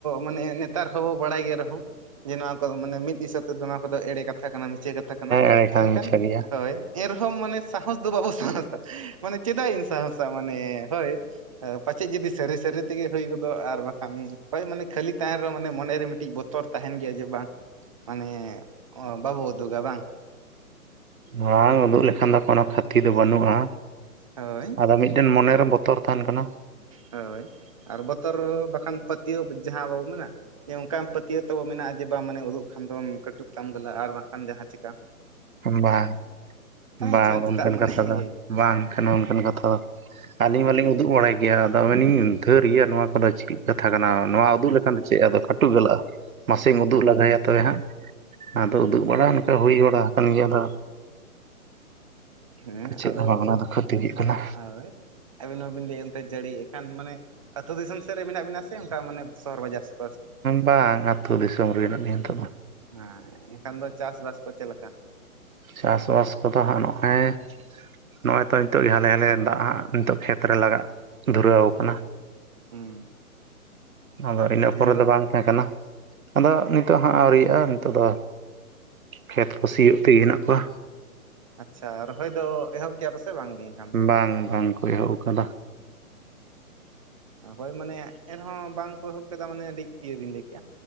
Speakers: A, on the right; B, on the right.
A: ᱢᱟᱱᱮ ᱱᱮᱛᱟᱨ ᱦᱚᱸ ᱵᱟᱲᱟᱭ ᱜᱮ ᱨᱮᱦᱚᱸ, ᱡᱮ ᱱᱚᱣᱟ ᱢᱟᱱᱮ ᱢᱤᱫ ᱫᱤᱥᱟᱹ ᱛᱮᱫᱚ ᱚᱱᱟ ᱠᱚᱫᱚ ᱮᱲᱮ ᱠᱟᱛᱷᱟ ᱠᱟᱱᱟ ᱢᱤᱪᱷᱟᱹ ᱠᱟᱛᱷᱟ ᱠᱟᱱᱟ,
B: ᱮᱲᱮ ᱠᱷᱟᱱᱤᱧ
A: ᱢᱮᱱᱠᱷᱟᱱ
B: ᱥᱟᱹᱨᱤᱭᱟ᱾
A: ᱦᱳᱭ ᱮᱱᱨᱮᱦᱚᱸ ᱢᱟᱱᱮ ᱥᱟᱦᱚᱥ ᱫᱚ ᱵᱟᱵᱚ ᱥᱟᱦᱚᱥᱟ ᱢᱟᱱᱮ ᱪᱮᱫᱟᱜ ᱤᱧ ᱥᱟᱦᱚᱥᱟ ᱢᱟᱱᱮ ᱦᱳᱭ᱾ ᱯᱟᱪᱮᱫ ᱡᱩᱫᱤ ᱥᱟᱹᱨᱤ ᱥᱟᱹᱨᱤ ᱛᱮᱜᱮ ᱦᱩᱭ ᱜᱚᱫᱚᱜ ᱟᱨ ᱵᱟᱠᱷᱟᱱ ᱦᱳᱭ ᱢᱟᱱᱮ ᱠᱷᱟᱹᱞᱤ ᱛᱟᱦᱮᱱ ᱨᱮᱚᱸ ᱢᱟᱱᱮ ᱢᱚᱱᱮᱨᱮ ᱢᱤᱫᱴᱤᱡ ᱵᱚ ᱛᱚᱨ ᱛᱟᱦᱮᱱ ᱜᱮᱭᱟ ᱡᱮ ᱵᱟᱝ ᱢᱟᱱᱮ ᱵᱟᱵᱚ ᱩᱫᱩᱜᱟ ᱵᱟᱝ᱾
B: ᱵᱟᱝ ᱩᱫᱩᱜ ᱞᱮᱠᱷᱟᱱ ᱫᱚ ᱠᱳᱱᱳ ᱠᱷᱟᱹᱛᱤ ᱫᱚ ᱵᱟᱹᱱᱩᱜᱼᱟ,
A: ᱦᱳᱭ
B: ᱟᱫᱚ ᱢᱤᱫᱴᱮᱱ ᱢᱚᱱᱮᱨᱮ ᱵᱚᱛᱚᱨ ᱛᱟᱦᱮᱱ ᱠᱟᱱᱟ᱾
A: ᱦᱳᱭ ᱟᱨ ᱵᱚᱛᱚᱨ ᱵᱟᱠᱷᱟᱱ ᱯᱟᱹᱛᱤᱭᱟᱹᱣ ᱡᱟᱦᱟᱸ ᱵᱟᱵᱚ ᱢᱮᱱᱟ ᱚᱱᱠᱟᱱ ᱯᱟᱹᱛᱤᱭᱟᱹᱣ ᱛᱳ ᱢᱮᱱᱟᱜᱼᱟ ᱡᱮ ᱵᱟᱝ ᱢᱟᱱᱮ ᱩᱫᱩᱜ ᱠᱷᱟᱱ ᱫᱚᱢ ᱠᱟᱹᱴᱩᱵ ᱛᱟᱢ ᱜᱟᱞᱟ ᱟᱨ ᱵᱟᱝᱠᱷᱟᱱ ᱡᱟᱦᱟᱸ ᱪᱮᱠᱟᱜᱼᱟ᱾
B: ᱵᱟᱝ ᱵᱟᱝ
A: ᱦᱚᱪᱚᱣᱟᱱ ᱪᱮᱫᱟᱜ
B: ᱚᱱᱠᱟᱱ
A: ᱢᱟᱱᱮ
B: ᱠᱟᱛᱷᱟ ᱫᱚ
A: ᱤᱭᱟᱹᱭ
B: ᱵᱟᱝ ᱠᱟᱱᱟ ᱚᱱᱠᱟᱱ ᱠᱟᱛᱷᱟ ᱫᱚ
A: ᱦᱳᱭ
B: ᱟᱹᱞᱤᱧ ᱢᱟᱞᱤᱧ
A: ᱦᱳᱭ
B: ᱩᱫᱩᱜ ᱵᱟᱲᱟᱭ ᱜᱮᱭᱟ ᱟᱫᱚ ᱟᱵᱮᱱᱤᱧ ᱫᱷᱟᱹᱨ ᱜᱮᱭᱟ ᱱᱚᱣᱟ ᱠᱚᱫᱚ ᱪᱮ ᱠᱟᱛᱷᱟ ᱠᱟᱱᱟ ᱱᱚᱣᱟ ᱩᱫᱩᱜ ᱞᱮᱠᱷᱟᱱ ᱫᱚ ᱪᱮᱫ ᱟᱫᱚ ᱠᱟᱹᱴᱩ ᱜᱚᱞᱚᱜᱼᱟ ᱢᱟᱥᱮᱢ ᱩᱫᱩᱜ ᱞᱟᱜᱟᱭᱟ ᱛᱚᱵᱮ ᱦᱟᱸᱜ ᱟᱫᱚ ᱩᱫᱩᱜ ᱵᱟᱲᱟ ᱯᱱᱠᱟ ᱦᱩᱭ ᱵᱟᱲᱟ ᱟᱠᱟᱱ ᱜᱮᱭᱟ ᱟᱫᱚ
A: ᱦᱮᱸ
B: ᱪᱮᱫ
A: ᱟᱫᱚ
B: ᱦᱚᱸ ᱵᱟᱝ ᱚᱱᱟ ᱫᱚ ᱠᱷᱚᱛᱤ ᱦᱩᱭᱩᱜ ᱠᱟᱱᱟ
A: ᱦᱳᱭ ᱟᱹᱵᱤᱱ ᱦᱚᱸᱵᱤᱱ ᱞᱟᱹᱭᱮᱫᱼᱟ ᱮᱱᱮᱫ ᱡᱟᱹᱲᱤ ᱮᱱᱠᱷᱟᱱ ᱢᱟᱱᱮ ᱟ ᱟᱹᱛᱩ ᱫᱤᱥᱚᱢ ᱥᱮᱫ ᱨᱮ ᱢᱮᱱᱟᱜ ᱵᱤᱱᱟ ᱥᱮ ᱚᱱᱠᱟ ᱢᱟᱱᱮ ᱥᱚᱦᱚᱨ ᱵᱟᱡᱟᱨ ᱥᱮ
B: ᱵᱟᱝ ᱟᱹᱛᱩ ᱫᱤᱥᱚᱢ ᱨᱮ ᱢᱤᱱᱟ ᱞᱤᱧᱟᱹ ᱱᱤᱛᱚᱜ ᱫᱚ
A: ᱦᱮᱸ ᱮᱱᱠᱷᱟᱱ ᱫᱚ ᱪᱟᱥ ᱵᱟᱥ ᱠᱚ ᱪᱮᱫ ᱞᱮᱠᱟ
B: ᱪᱟᱥᱼᱵᱟᱥ ᱠᱚᱫᱚ ᱦᱟᱸᱜ ᱱᱚᱜᱼᱚᱭ ᱱᱚᱜᱼᱚᱭ ᱛᱚ ᱱᱤᱛᱚᱜ ᱜᱮ ᱦᱟᱞᱮ ᱦᱟᱞᱮ ᱫᱟᱜ ᱦᱟᱸᱜ ᱱᱤᱛᱚᱜ ᱠᱷᱮᱛᱨᱮ ᱞᱟᱜᱟᱜ ᱫᱷᱩᱨᱟᱹᱣ ᱠᱟᱱᱟ
A: ᱦᱩᱸ
B: ᱟᱫᱚ ᱤᱱᱟᱹ ᱯᱚᱨᱮ
A: ᱮᱱᱫᱚ
B: ᱫᱚ ᱵᱟᱝ ᱛᱟᱦᱮᱸ ᱠᱟᱱᱟ ᱟᱫᱚ ᱱᱤᱛᱚᱜ ᱦᱟᱸᱜ ᱟᱹᱣᱨᱤᱭᱟᱜᱼᱟ ᱱᱤᱛᱚᱜ ᱫᱚ ᱠᱷᱮᱛ ᱠᱩ ᱥᱤᱭᱟᱜ ᱛᱮ ᱦᱮᱱᱟᱜ ᱠᱚᱣᱟ
A: ᱟᱪᱪᱷᱟ ᱨᱚᱦᱚᱭ ᱫᱚ ᱮᱦᱚᱵ ᱠᱮᱭᱟ ᱯᱮ ᱥᱮ ᱵᱟᱝᱜᱮ ᱮᱱᱠᱷᱟᱱ ᱫᱚ?
B: ᱵᱟᱝ ᱵᱟᱝᱠᱚ ᱮᱦᱚᱵ ᱟᱠᱟᱫᱟ
A: ᱷᱳᱭ ᱢᱟᱱᱮ ᱮᱱᱨᱮᱦᱚᱸ ᱵᱟᱝ ᱠᱚ ᱮᱦᱚᱵ ᱠᱮᱫᱟ ᱢᱟᱱᱮ ᱟᱹᱰᱤ ᱤᱭᱟᱹ ᱵᱤᱱ ᱞᱟᱹᱭ ᱠᱮᱭᱟ